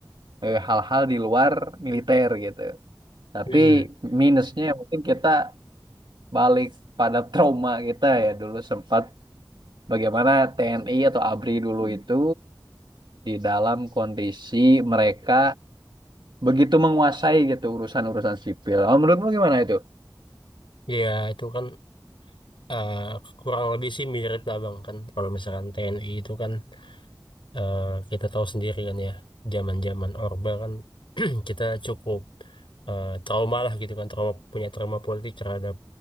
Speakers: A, on the right (about 65°); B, on the left (about 85°).
A: eh, hal-hal di luar militer gitu. Tapi
B: Hmm.
A: minusnya ya mungkin kita balik pada trauma kita ya dulu sempat bagaimana TNI atau ABRI dulu itu di dalam kondisi mereka begitu menguasai gitu urusan-urusan sipil. Oh, menurutmu gimana itu?
B: Iya, itu kan eh, kurang lebih sih mirip lah Bang kan. Kalau misalkan TNI itu kan eh, kita tahu sendiri kan ya, zaman-zaman Orba kan <clears throat> kita cukup eh, trauma lah gitu kan, trauma punya trauma politik terhadap